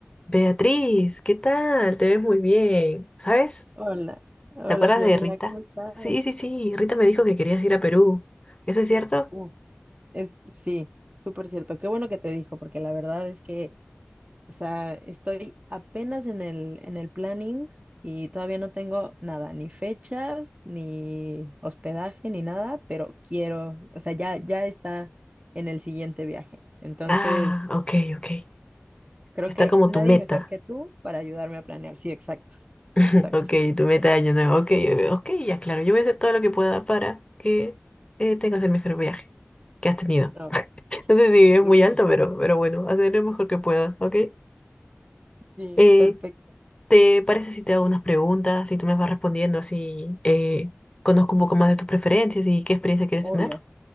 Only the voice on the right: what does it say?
Hola, hola
Fiorella,
¿cómo estás?
Uf, es, sí, súper cierto. Qué bueno que te dijo, porque la verdad es que, o sea, estoy apenas en el, en el planning y todavía no tengo nada, ni fechas, ni hospedaje, ni nada, pero quiero, o sea, ya, ya está en el siguiente viaje. Entonces,
creo
que
nadie
mejor que tú para ayudarme a planear. Sí, exacto,
exacto.
No,
súper,
súper,
sí,
perfecto.
Obvio,